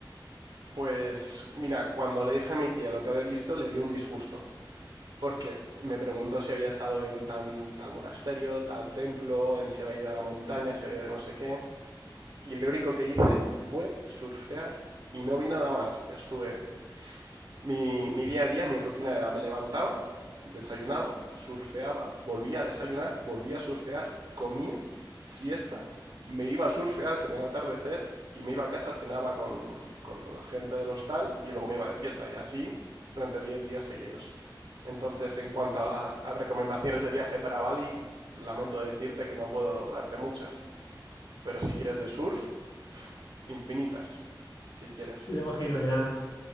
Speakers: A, on the right (about 60°); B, on the left (about 60°).
A: Pues mira, cuando le dije a mi tía lo que había visto, le dio un disgusto. porque me preguntó si había estado en tan, tal monasterio, tal templo, en si había ido a la montaña, si había ido no sé qué. Y lo único que hice fue surfear y no vi nada más. Estuve mi, mi día a día, mi rutina era me levantaba, desayunaba, surfeaba, volvía a desayunar, volvía a surfear, comía, siesta, me iba a surfear con el atardecer y me iba a casa, cenaba con, con la gente del hostal y luego me iba de fiesta y así durante 10 días seguidos. Entonces, en cuanto a, a recomendaciones de viaje para Bali, lamento decirte que no puedo darte muchas, pero si quieres de surf, pf, infinitas, si quieres.
B: Yo imagino ya.